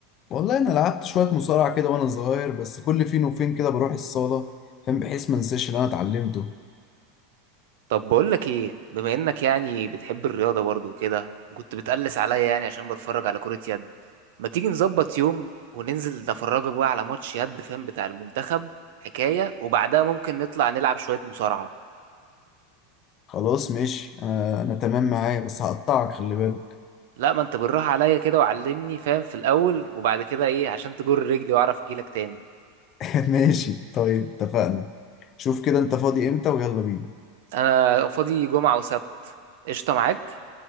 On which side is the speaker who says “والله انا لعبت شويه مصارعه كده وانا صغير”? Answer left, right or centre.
Left